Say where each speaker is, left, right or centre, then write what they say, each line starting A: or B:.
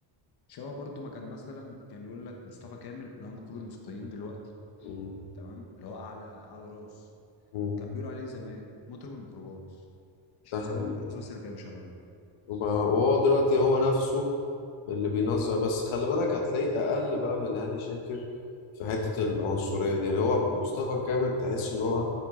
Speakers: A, on the left; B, on the left.
A: شبه برضو ما كان مثلا كان يقول لك مصطفى كامل اللي هو نقيب الموسيقيين دلوقتي
B: مم.
A: تمام اللي هو اعلى اعلى راس
B: مم.
A: كان بيقولوا عليه زمان مطرب الميكروباص عشان
B: ده
A: سواق
B: حقيقي
A: الميكروباص بس اللي كانوا بيشغلوه
B: وبقى- وهو دلوقتي هو نفسه اللي بينظر بس خلي بالك هتلاقيه اقل بقى من هاني شاكر في حته العنصريه دي يعني هو مصطفى كامل تحس ان هو